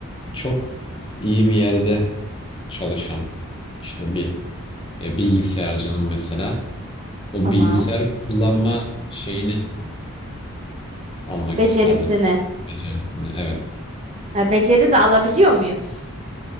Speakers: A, on the left; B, on the right.
A: çok iyi bir yerde çalışan işte bir e, bilgisayarcının mesela o
B: tamam.
A: bilgisayar kullanma şeyini almak
B: Becerisini.
A: isterdim becerisini evet.
B: Ha, beceri de alabiliyor muyuz?